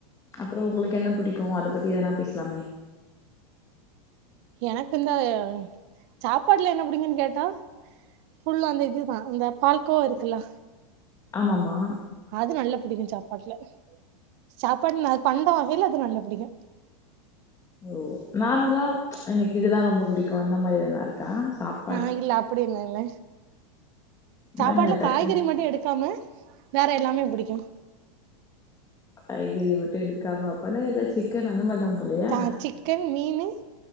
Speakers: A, on the left; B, on the right.
A: அப்றோ உங்களுக்கு என்ன பிடிக்கும் அத பத்தி ஏதனா பேசலாமே
B: எனக்கு இல்ல இந்த சாப்பாட்டல என்ன புடிகன்னு கேட்டா ஃபுல் அந்த இதுதா இந்த பால்கோவா இருக்குல்ல
A: ஆமாமா
B: அது நல்ல புடிக்கும் சாப்பாட்டுல சாப்பாடு நா அது பண்ட வகைல அது நல்ல புடிக்கும்
A: ஓ நார்மலா எனக்கு இதனா ரொம்ப புடிக்கும் அந்த மாரி எதனா இருக்கா சாப்ப
B: ஆ இல்ல அப்டி என்ன இல்ல
A: என்னங்க
B: சாப்பாடுல
A: டக்கு
B: காய்கறி மட்டு எடுக்காம வேற எல்லாமே புடிக்கும்
A: காய்கறி மட்டும் எடுக்காம அப்பனா ஏதா சிக்கன் அந்தமாரி எதும் போலயா
B: தா சிக்கன் மீன்